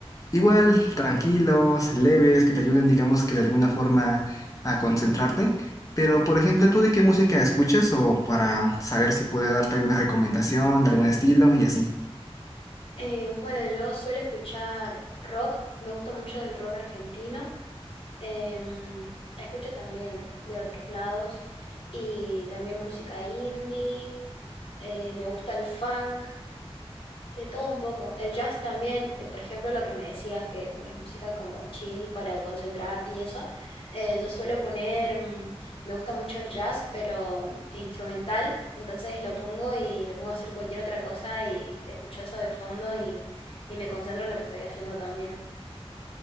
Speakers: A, on the left; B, on the left.
A: igual, tranquilos, leves, que te ayuden, digamos que de alguna forma a concentrarte. Pero, por ejemplo, ¿tú de qué música escuchas o para saber si puedo darte alguna recomendación de algún estilo y así?
B: Eh, bueno, yo suelo escuchar rock, me gusta mucho el rock argentino. Em, escucho también de otros lados y también música indie, eh, me gusta el funk, De todo un poco. El jazz también, eh, por ejemplo, lo que me decías, que pones música como chill para concentrarte y eso. eh, yo suelo poner, mm, me gusta mucho el jazz, pero mm, instrumental. Entonces lo pongo y me pongo a hacer cualquier otra cosa y escucho eso de fondo y, y me concentro en lo que estoy haciendo también.